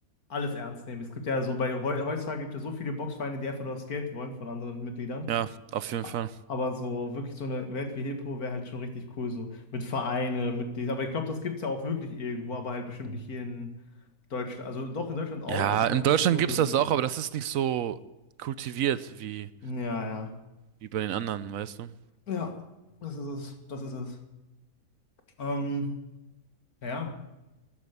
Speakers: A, on the left; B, on the right.
A: alles ernst nehmen. Es gibt ja so bei heu- heutzutage gibt es ja so viele Boxvereine, die einfach nur das Geld wollen von anderen Mitgliedern.
B: Ja, auf jeden
A: A-
B: Fall.
A: Aber so wirklich so eine Welt wie Hippo wäre halt schon richtig cool, so mit Vereine, mit dies. Aber ich glaube, das gibt es ja auch wirklich irgendwo, aber halt bestimmt nicht hier in Deutschland. Also doch in Deutschland auch,
B: Ja,
A: aber
B: in
A: halt
B: Deutschland
A: nicht so
B: gibt's
A: besü.
B: das auch, aber das ist nicht so kultiviert wie,
A: Ja, ja.
B: wie bei den anderen, weißt du?
A: Ja, das ist es. Das ist es. Ähm, ja.